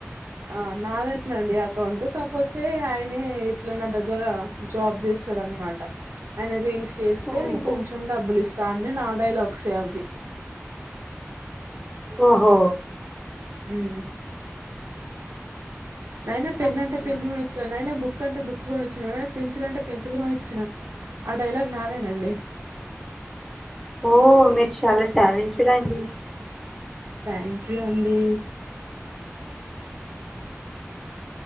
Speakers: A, on the right (about 70°); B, in the centre.
A: ఆ నాది అండి అకౌంట్‌ కా క్ పోతే ఆయనే ఇట్ల నా దగ్ గదా జాబ్ జేస్సదన్మాట అన రీల్స్ చేస్తే
B: ఓహో
A: నేను కొంచెం డబ్బులు ఇస్ తాన్నే నా డైలాగ్సే అవీ
B: ఓహో
A: మ్మ్ హ్మ్ అయినా పెన్
B: అట్లనా
A: అంటే పెన్ను ఇవ్వచ్చుగ నైనా బుక్ బుక్ అంటే బుక్ కొనిచ్చిన, పెన్సిల్ అంటే పెన్సిల్ కొనిచ్చిన ఆ డైలాగ్ నాదేనండి.
B: ఓ మీరు చాలా టాలెంటెడ్ అండి
A: థ్యాంక్ యూ అండి